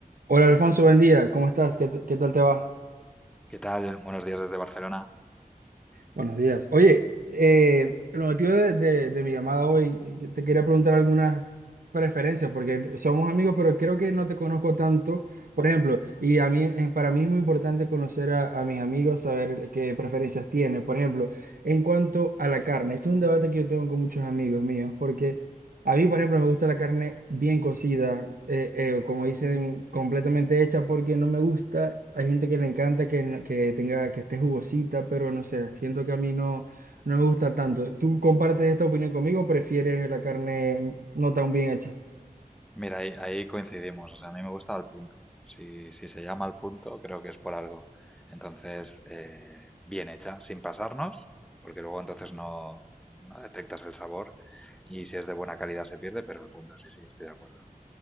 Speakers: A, on the right (about 70°); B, in the centre.
A: Hola Alfonso, buen día. ¿Cómo estás? ¿Qué, te- qué tal te va?
B: ¿Qué tal? Buenos días desde Barcelona.
A: Buenos días. Oye, eh, el motivo de, de- de mi llamada hoy, eh, te quería preguntar algunas preferencias, porque somos amigos, pero creo que no te conozco tanto, por ejemplo, y a mí, eh, para mí es muy importante conocer a, a mis amigos, saber qué preferencias tienen. Por ejemplo, en cuanto a la carne, este es un debate que yo tengo con muchos amigos míos, A mí, por ejemplo, me gusta la carne bien cocida, eh, eh, como dicen, completamente hecha, porque no me gusta. Hay gente que le encanta que, no- que tenga, que esté jugosita, pero no sé, siento que a mí no, no me gusta tanto. ¿Tú compartes esta opinión conmigo o prefieres la carne no tan bien hecha?
B: Mira, ahí, ahí coincidimos. O sea, a mí me gusta Al Punto. Si, si se llama Al Punto, creo que es por algo. Entonces, eh, bien hecha, sin pasarnos, porque luego entonces no, no detectas el sabor y si es de buena calidad se pierde, pero el punto sí, sí, estoy de acuerdo.